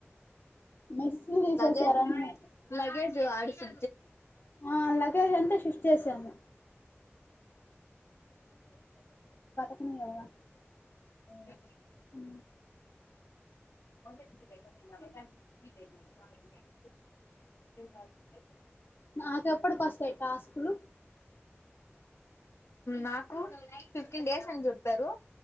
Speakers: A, on the left (about 50°); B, on the left (about 70°).
A: మెస్సులు తీసేసారు
B: లగేజ్
A: అన్ని
B: లగేజ్ ఆడుసి
A: ఆ లగేజ్ అంతా షిఫ్ట్ చేసాము. నివ <inaudible>
B: అ
A: ఉ
B: <unintelligible>
A: నాకు ఎప్పటికస్తాయి టాస్కులు.
B: నాకు ఫిఫ్టీన్ డేస్ అని చెప్పారు.